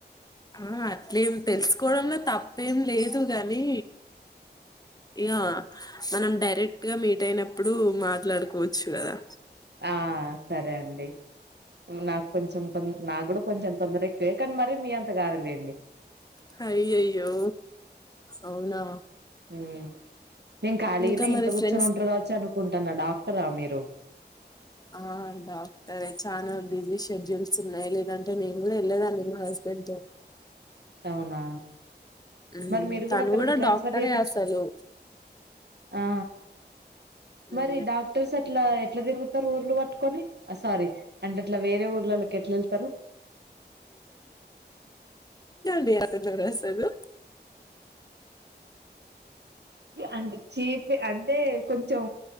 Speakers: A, on the left; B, on the right.
A: ఆ అట్లేం తెలుసుకోవడంలో తప్పేం లేదు గాని ఇక మనం డైరెక్ట్ గా మీట్ అయినప్పుడు మాట్లాడుకోవచ్చు కదా
B: ఆ సరే అండి నాకు కొంచెం త నాకు కూడా కొంచెం తొందర ఎక్కువే కానీ మర మీ అంత కాదలేండి
A: హయ్యయ్యో అవునా
B: హ్మ్. నేను ఖాలీగానే
A: ఇంకా
B: ఇంలో
A: మరి
B: గూచోని
A: ఫ్రెండ్స్
B: ఉంటారు కావచ్చు అనుకుంటున్నా డాక్టర్ రా మీ జో
A: ఆ డాక్టరే చనా బిజీ షెడ్యూల్స్ ఉన్నాయి లేదంటే నేను కూడా వెళ్ళలేదాండి మా హస్బెండ్ తో
B: అవునా
A: మ్మ్
B: మరి మీరు
A: తను
B: కూడా అక్కడికి ట్రాన్స్ఫర్
A: డాక్టరే
B: చేప్పిచుకో
A: అసలు
B: ఆ
A: మ్మ్
B: మరి డాక్టర్ సర్టిపి ఇట్లా ఎట్లా తిరుగుతారు ఊర్లు పట్టుకొని సారీ అంటే అట్లా వేరే ఊర్లోకి ఎట్లా వెళ్తారు
A: ఎవును కున్నారు అసలు
B: అంటే చీఫ్ అంట ఐతే కొంచెం